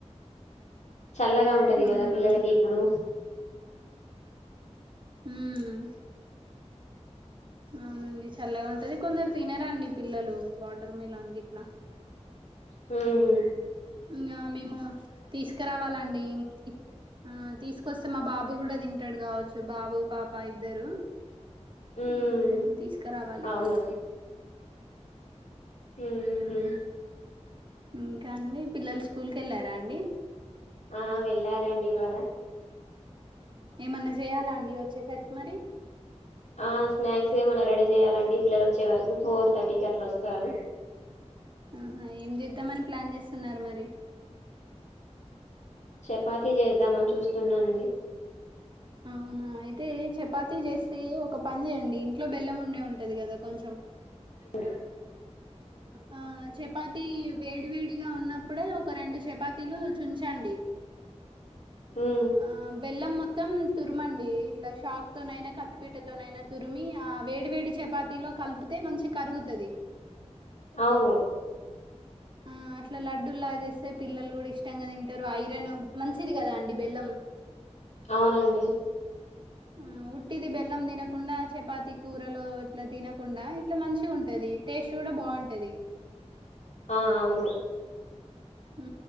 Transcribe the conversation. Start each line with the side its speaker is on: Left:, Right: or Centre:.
Left: చల్లగా ఉంటది
Right: అవునా
Left: కదా పిల్లలకి ఇప్పుడు
Right: మ్మ్ అవునండి చల్లగా ఉంటది కొందరు తినరాా అండి పిల్లలు వాటర్ మిలాన్ గిట్లా
Left: మ్మ్
Right: ఇంగ మేము తీసుకురావాలండి ఇం ఆ తీసుకొస్తే మా బాబు కూడా తింటాడు కావచ్చు బాబు పాప ఇద్దరు
Left: ఉమ్
Right: హు తీసుకురావాలి
Left: అవును
Right: ఇంగ
Left: ఉహు
Right: ఇంకా అండి పిల్లలు స్కూల్ కి వెళ్ళారా అండి.
Left: ఆ వెళ్ళారండి ఇవాళ
Right: ఏమన్నా చేయాలా అండి వచ్చేసరికి మరి
Left: ఆ స్నాక్స్ ఏమైన్నా రెడీ చేయాలండి పిల్లలు వచ్చే వరకు ఫోర్ థర్టీకి అట్లా వస్తారు
Right: ఆహా ఏం చేద్దామని ప్లాన్ చేస్తున్నారు మరి
Left: చపాతీ చేద్దామని చూస్తున్నానండి.
Right: అవునా అయితే చపాతీ చేస్తే ఒక పని చేయండి ఇంట్లో బెల్లం ఉండే ఉంటది కదా కొంచెం
Left: స
Right: ఆ ఆ చపాతి వేడి వేడిగా ఉన్నప్పుడే ఒక రెండు చపాతీలు చుంచండి
Left: ఉమ్
Right: ఆ బెల్లం మొత్తం మొత్తం తురుమండి ఇట్లా చాక్ తోనైనా కత్తిపీటతోనైనా తురిమి ఆ వేడి వేడి చపాతి లో కలిపితే మంచి కరిగుతది
Left: అవును
Right: ఆ అట్లా లడ్డూలాగా చేస్తే పిల్లలు కూడా ఇష్టంగా తింటారు ఐరన్ మంచిది కదా అండి బెల్లం
Left: అవునండి.
Right: హు ఉట్టిది బెల్లం తినకుండా చపాతి కూరలు ఇట్లా తినకుండా ఇట్లా మంచిగా ఉంటది టేస్ట్ కూడా బాగుంటది.
Left: ఆ అవును
Right: ఊ